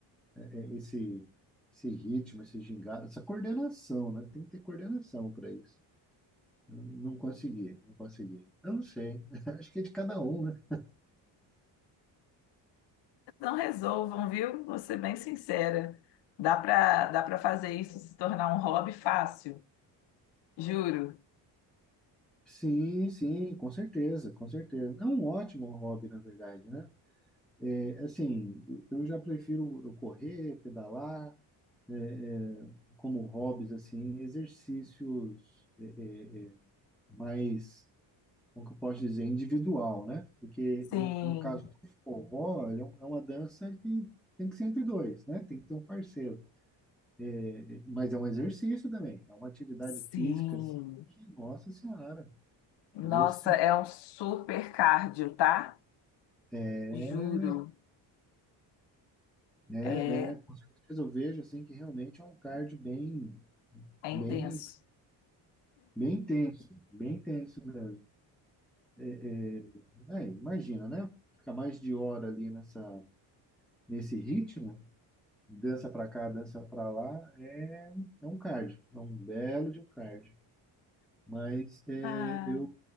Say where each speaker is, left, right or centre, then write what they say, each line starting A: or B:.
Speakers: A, in the centre; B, on the left (about 65°).
A: é, esse, esse ritmo, esse gingado, essa coordenação, né? Tem que ter coordenação para isso. Não consegui, não consegui. Eu não sei. <laughs> Acho que é de cada um, né?
B: Não resolvam, viu? Vou ser bem sincera. Dá para dá para fazer isso se tornar um hobby fácil, juro.
A: Sim, sim, com certeza, com certeza. É um ótimo hobby, na verdade, né? É, assim, eu já prefiro eu correr, pedalar, é, é, como hobbies, assim, exercícios é, é, é, mais, como que eu posso dizer, individual, né? Porque
B: Sim,
A: no, no caso do forró, ele é um- é uma dança que tem que ser entre dois, né? Tem que ter um parceiro. É, é, Mas é um exercício também, é uma atividade
B: sim.
A: física, assim, que, nossa senhora,
B: Nossa,
A: eu vejo isso
B: é um super cardio, tá?
A: É,
B: Juro.
A: É,
B: É,
A: é, com certeza eu vejo assim que realmente é um cardio bem,
B: é
A: bem,
B: intenso.
A: bem intenso, bem intenso mesmo. É, é, é, imagina, né? Ficar mais de hora ali nessa, nesse ritmo, dança pra cá, dança pra lá, é, é um cardio, é um belo de um cardio. Mas é,
B: Ah,
A: eu,